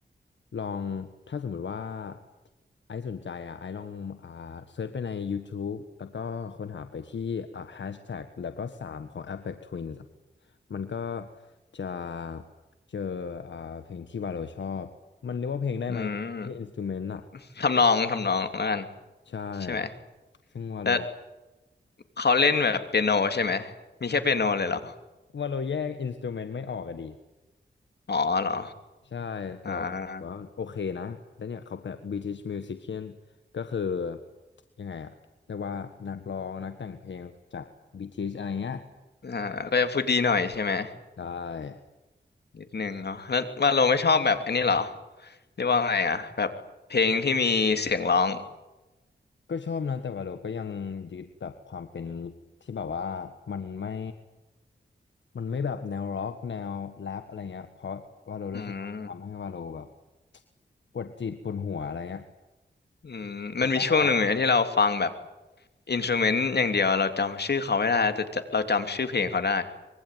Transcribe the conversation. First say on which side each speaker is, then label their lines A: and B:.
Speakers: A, on the left (about 80°); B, on the left (about 65°).
A: ลองถ้าสมมุติว่าไอซ์สนใจอ่ะไอซ์ลองอ่าเซิร์ชไปใน YouTube แล้วก็ค้นหาไปที่อ่าแฮชแท็กแล้วก็สามของ Apex Twins อะมันก็จะเจออ่าเพลงที่วาโลชอบ มันเรียกว่าเพลงได้ไหมแค่อินสตูเมนต์อ่ะ
B: อืม ทำนองทำนองแล้วกัน
A: ใช่
B: ใช่ไหม
A: ซึ่งวาโล
B: แล้วเขาเล่นแบบเปียโนใช่ไหม มีแค่เปียโนเลยเหรอ
A: วาโลแยกอินสตูเมนต์ไม่ออกอะดี
B: อ๋อเหรอ
A: ใช่แต่แบบว่าโอเคนะแล้วเนี่ยเขาแบบ
B: อ่า
A: British Musician ก็คือยังไงอะเรียกว่านักร้องนักแต่งเพลงจาก British อะไรเงี้ย
B: อ่าก็จะพูดดีหน่อยใช่ไหม
A: ได้
B: นิดนึงเนาะแล้วว่าเราไม่ชอบแบบอันนี้เหรอเรียกว่าไงอ่ะแบบเพลงที่มีเสียงร้อง
A: ก็ชอบนะแต่ว่าเราก็ยังยึดแบบความเป็นที่แบบว่ามันไม่ มันไม่แบบแนวร็อกแนวแรปอะไรเงี้ยเพราะว่าเรารู้สึกว่าทำให้ว่าเราแบบ
B: อืม
A: ปวดจิตปวดหัวอะไรเงี้ย
B: อืมมันมีช่วงหนึ่งเหมือนกันที่เราฟังแบบ
A: เป็นต้อแบบว่า
B: อินสต u เมนต์อย่างเดียวเราจำชื่อเขาไม่ได้แต่จะเราจำชื่อเพลงเขาได้